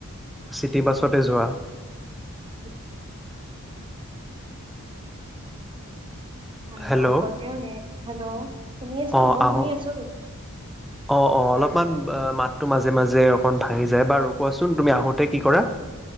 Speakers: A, in the centre; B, on the right (about 20°).
A: চিটিবাছতে যোৱা।
B: <unintelligible> ন
A: হেল্ল'
B: আহ তেওঁ হে হেল্ল', শুনি আছা
A: অ
B: মই
A: আহো,
B: শুনি আছো কিন্তু
A: অ অ অলপমান ম তোমাৰ যে মাজে অকন ভাঙি যায়, বাৰু কোৱাচোন তুমি আহোতে কি কৰা?